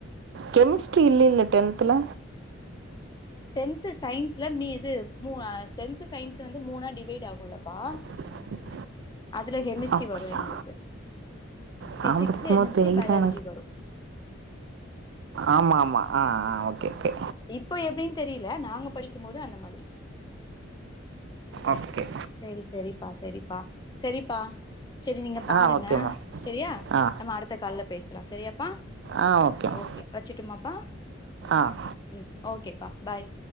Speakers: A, on the right; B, on the left.
A: கெமிஸ்ட்ரி இல்லேல்ல டென்த்ல
B: டென்து சயின்ஸ்ல மீ இது மூ டென்து சயின்ஸ் வந்து மூணா டிவைடு ஆகுலப்பா
A: <inaudible>
B: அதுல கெமிஸ்ட்ரி
A: அப்டியா
B: வரு எங்ளுக்கு
A: நா
B: பிசிக்ஸ்
A: படிக்கும்போது
B: கெமிஸ்ட்ரி
A: தெரியல
B: பயாலஜி வரு
A: ஆம்மாமா ஆ ஆ ஓகே ஓகே
B: இப்ப எப்டின்னு தெரில நாங்க படிக்கும் போது அந்த மாதிரி
A: அப்ப கே
B: சரி சரிப்பா சரிப்பா சரிப்பா சரி நீங்க பாருங்க
A: ஆ ஓகேம்மா
B: சரியா
A: ஆ
B: நம்ம அடுத்த கால்ல பேஸ்லா சரியாப்பா
A: ஆ ஓகேம்மா
B: ஓகே வச்சுட்டுமாப்பா
A: ஆ
B: ம் ஓகேப்பா பாய்